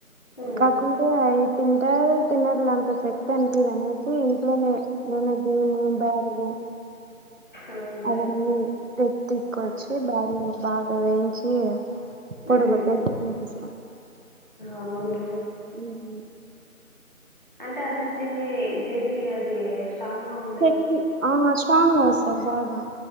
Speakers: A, on the left (about 35°); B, on the right (about 60°).
A: ఉమ్.
B: కాకుంటే అవి తింటారో తినర్లే అంత పెట్టను తీ నేనైతే ఇంట్లోనే నేను భయమూ బాధలు
A: అవునులే
B: అవును పెట్టుకొచ్చి బాన్లో బాగా వేయించి పొడి
A: ఉమ్.
B: కొట్టేసి తినిపిస్త
A: అవును
B: మ్మ్
A: అంటే అది తిని దేనికి అది స్ట్రాంగ్ గా ఉన్
B: పొప్పు ఆ స్ట్రాంగా వస్తాది బాగా